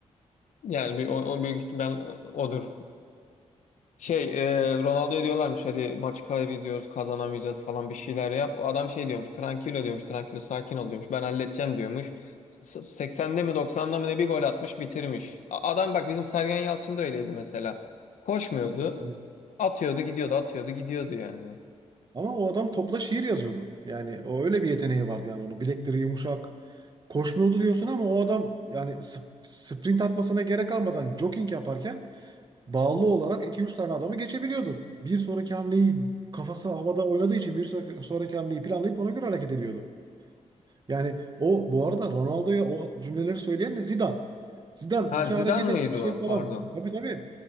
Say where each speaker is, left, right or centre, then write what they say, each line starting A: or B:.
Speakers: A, on the left (about 80°); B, on the right (about 35°).
A: Yani bir, o, o büyük ihtimal odur. Şey e, Ronaldo'ya diyorlarmış hadi maçı kaybediyoruz kazanamayacağız falan bir şeyler yap. O adam şey diyormuş tranquilo diyormuş tranquilo sakin ol diyormuş ben halledeceğim diyormuş. S- s- 80'de mi 90'da mı ne bir gol atmış bitirmiş. A- adam bak bizim Sergen Yalçın da öyleydi mesela. Koşmuyordu
B: Evet.
A: atıyordu gidiyordu atıyordu gidiyordu yani.
B: Ama o adam topla şiir yazıyordu. Yani o öyle bir yeteneği vardı yani onun. Bilekleri yumuşak. Koşmuyordu diyorsun ama o adam yani sp- sprint atmasına gerek kalmadan jogging yaparken bağlı olarak iki üç tane adamı geçebiliyordu. Bir sonraki hamleyi kafası havada oynadığı için bir sonraki, sonraki hamleyi planlayıp ona göre hareket ediyordu. Yani o bu arada Ronaldo'ya o cümleleri söyleyen de Zidane. Zidane
A: Ha
B: iki
A: Zidane
B: hareket et
A: mıydı
B: bir şey
A: o
B: falan.
A: pardon.
B: Tabii tabii.